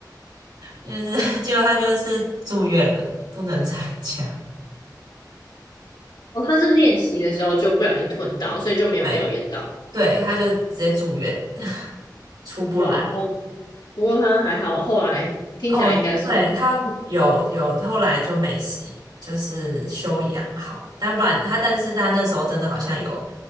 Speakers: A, on the right (about 85°); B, on the left (about 80°).
A: 就是 <laughs> 结果他就是住院了，不能参加。
B: 哦，他是练习的时候就不小心吞到，所以就没有表演到。
A: 对。对，他就直接住院，<laughs> 出不来。
B: 哇，哦，不过他还好，后来听起来应该是，
A: 哦，对，他有有后来就没事，就是休养好，但不然他，但是他那时候真的好像有